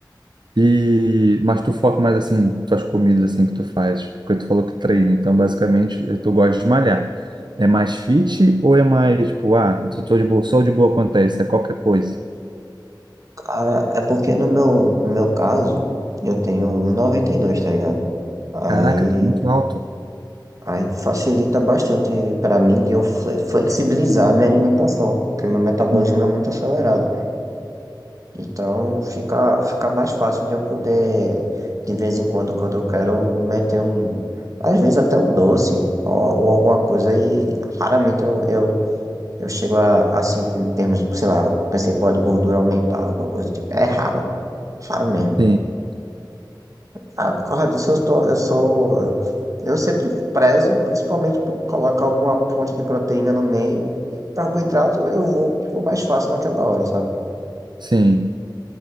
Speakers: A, on the right; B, on the right.
A: E mas tu foca mais assim, tuas comidas assim que tu faz, porque tu falou que treina, então basicamente eh, tu gosta de malhar. É mais fit ou é mais tipo, ah, eu tô de boa, só de boa quanto a isso, é qualquer coisa.
B: Cara, é porque no meu, no meu caso, eu tenho um e noventa e dois tá ligado? Aí,
A: Caraca, tá muito alto.
B: aí facilita bastante pra mim de eu fle- flexibilizar a minha alimentação, porque meu metabolismo
A: Uhum.
B: é muito acelerado. Então fica, fica mais fácil de eu poder, de vez em quando, quando eu quero, meter um. Às vezes até um doce ou, ou alguma coisa e raramente eu, eu Eu chego a, a sentir em termos, sei lá, pensei, pode gordura aumentar, alguma coisa do tipo. É raro, raro mesmo.
A: Sim,
B: Ah, por causa disso, eu tô, eu sou. Eu eu sempre prezo, principalmente por colocar alguma fonte de proteína no meio. E carboidrato eu vou tipo, mais fácil naquela hora, sabe?
A: sim.